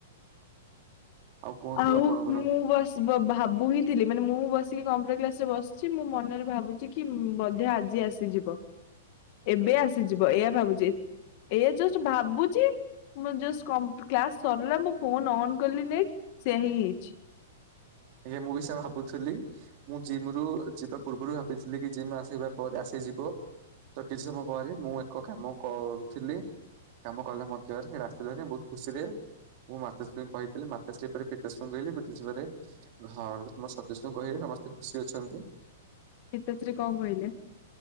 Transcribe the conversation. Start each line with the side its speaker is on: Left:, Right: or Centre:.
Right: କୁହନ୍ତୁ
Left: ଆଉ
Right: ଆପଣଙ୍କର
Left: ମୁଁ ବସ ଭାବୁ ହିଁ ଥିଲି ମାନେ ମୁଁ ବସ କମ୍ପୁ କ୍ଲାସ ରେ ବସିଛି ମୁଁ ମନରେ ଭାବୁଛି କି ବୋଧେ ଆଜି ଆସିଯିବ। ଏବେ ଆସିଯିବ ଏ ଭାବୁଛି ଏ ଭାବୁଛି ମୁ କ୍ଲାସ ସରିଲା ମୁଁ ଫୋ କଲି ନ ସେଆ ହଁ ହେଇଛି।
Right: ଆଜ୍ଞା ମୁଁ ବି ସେ ଭାବୁଥିଲି ମୁଁ ଜିମ ରୁ ଯିବା ପୂର୍ବରୁ ଭାବିଥିଲି କି ଜିମ୍ ଆସିବା ପରେ ଆସିଯିବ ତ କିଛି ସମୟ ପରେ ମୁଁ ଏକ କାମ କରୁଥିଲି କାମ କଲା ମଧ୍ୟରେ ସେଇଟା ଆସିଥିଲା ବହୁତ ଖୁସିରେ ମୁଁ ମାତାଶ୍ରୀଙ୍କୁ କହିଥିଲି ମାତାଶ୍ରୀ ପରେ ପିତାଶ୍ରୀଙ୍କୁ କହିଲି ପିତାଶ୍ରୀ ପରେ ଘର ତ ସଦସ୍ୟଙ୍କୁ କହିଲେ ସମସ୍ତେ ଖୁସି ଅଛନ୍ତି।
Left: ପିତାଶ୍ରୀ କଣ କହିଲେ?